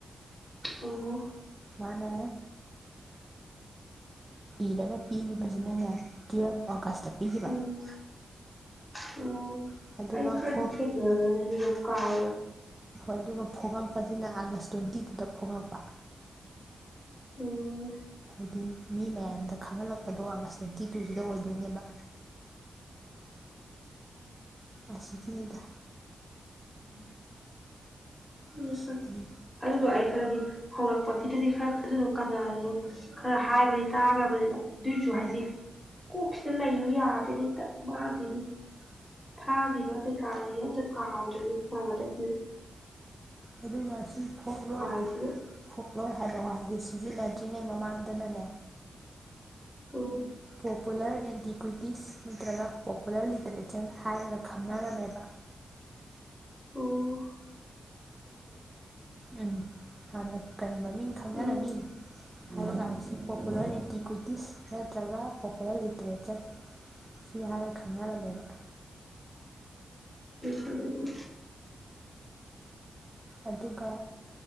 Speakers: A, in the centre; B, on the right.
A: ꯑꯣ ꯑꯣ
B: ꯃꯥꯅꯦ ꯏꯔꯒ ꯄꯤꯈꯤꯕꯁꯤꯅꯅꯦꯦ ꯇꯨꯌꯦꯜꯐ ꯑꯣꯒꯁꯇ ꯄꯤꯈꯤꯕ
A: ꯎꯝ ꯑꯣ
B: ꯑꯗꯨꯒ
A: ꯑꯩ
B: ꯑ
A: ꯈꯔꯗꯤ
B: ꯍꯣꯏ
A: ꯊꯦꯡꯅꯔꯝꯃꯦ ꯑꯗꯨꯒ ꯀꯥꯎꯒ꯭ꯔꯦ
B: ꯑꯗꯨꯒ ꯐꯣꯡꯉꯛꯄꯁꯤꯅ ꯑꯥꯒꯁ ꯇ꯭ꯋꯦꯟꯇꯤ ꯇꯨꯗ ꯐꯣꯡꯉꯛꯄ
A: ꯎꯝ
B: ꯍꯥꯏꯗꯤ ꯃꯤ ꯃꯌꯥꯝꯗ ꯈꯪꯍꯜꯂꯛꯄꯗꯣ ꯑꯥꯒꯁ ꯇ꯭ꯋꯦꯟꯇꯤ ꯇꯨꯁꯤꯗ ꯑꯣꯏꯗꯣꯏꯅꯦꯕ ꯑꯁꯕꯤꯗ
A: ꯦ ꯎꯝ
B: ꯑꯁꯤꯗꯤ
A: ꯎ ꯑꯗꯨꯗꯣ ꯑꯩ ꯈꯔꯗꯤ ꯍꯧꯔꯛ ꯣꯐꯠꯇꯗꯤ ꯈꯔ ꯑꯗꯨ ꯀꯝ ꯈꯔ ꯍꯥꯏꯕꯗꯤ ꯇꯥꯈ꯭ꯔꯕꯅꯤ ꯁꯨ
B: ꯍꯣꯏ
A: ꯍꯥꯏꯗꯤ ꯀ ꯂꯩꯔꯨ ꯌꯥꯗꯦ ꯃꯥꯒꯤꯗꯤ ꯐꯥꯈꯤꯕ ꯀꯩꯀꯥꯁꯤ ꯑ ꯀꯥꯎꯗꯣꯏꯔꯤ ꯍꯣꯏꯕ ꯆꯗꯨ
B: ꯑꯗꯨꯒ ꯁꯤ ꯐꯣꯛ ꯂꯣꯟꯁꯦ
A: ꯍꯥꯏꯁꯤꯅ
B: ꯐꯣꯛ ꯂꯣꯟ ꯍꯥꯏꯕ ꯋꯥꯒꯤꯁ ꯂꯥꯅꯦ ꯃꯃꯥꯡꯗꯅꯅꯦ
A: ꯎꯝ
B: ꯄꯣꯄꯨꯂꯔ ꯑꯦꯟꯇꯤꯀ꯭ꯋꯤꯇꯤꯁ ꯅꯠꯇ꯭ꯔꯒ ꯄꯣꯄꯨꯂꯔ ꯂꯤꯇꯔꯦꯆꯔ ꯍꯥꯏꯔꯒ ꯈꯪꯅꯔꯝꯃꯦꯕ
A: ꯑꯣ
B: ꯎꯝ ꯍꯥꯟꯅ ꯀꯔꯤ ꯃꯃꯤꯡ ꯈꯪꯅꯔꯝꯃꯤ
A: ꯎꯝ
B: ꯍꯥꯏꯕꯀꯥꯟꯁꯤ ꯄꯣꯄꯨꯂꯔ ꯏꯟꯇꯤꯀ꯭ꯋꯤꯇꯤꯁ ꯅꯠꯇ꯭ꯔꯒ ꯀꯄ ꯂ ꯂꯤꯇꯔꯦꯆꯔ ꯁꯤ ꯍꯥꯏꯔ ꯈꯪꯅꯔꯝꯃꯦꯕ
A: ꯎ
B: ꯑꯗꯨꯒ